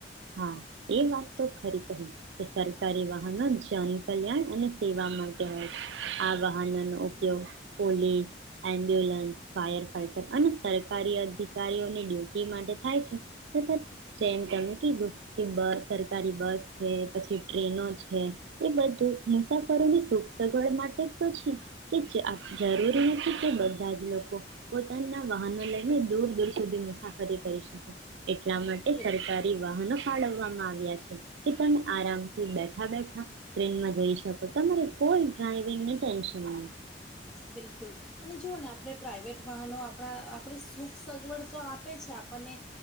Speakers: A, on the right (about 85°); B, in the centre.
A: હા, એ વાત તો ખરી કહી કે સરકારી વાહનો, જનકલ્યાણ અને સેવા માટે હોય છે આ વાહનોનો ઉપયોગ પોલીસ, એમ્બ્યુલન્સ, ફાયર ફાઈટર અને સરકારી અધિકારીઓની ડ્યુટી માટે થાય છે તથા જેમ તમે સરકારી બસ છે પછી ટ્રેનો છે એ બધું મુસાફરોની સુખ સગવડ માટે તો છે કે જરૂરી નથી કે બધા જ લોકો પોતાના વાહનો લઈને દૂર દૂર સુધી મુસાફરી કરી શકે એટલા માટે
B: બિલ
A: સરકાર વાનો ફાળવવામાં આવ્યા છે કે તમે આરામથી બેઠા બેઠા ટ્રેનમાં જઈ શકો તમારી કોઈ ડ્રાઈવિંગ ટેન્શન નહી.
B: બિલકુલ અને જુઓ ને આપણે પ્રાઇવેટ વાહનો આપણા આપણી સુખ સગવડ તો આપે છે આપણને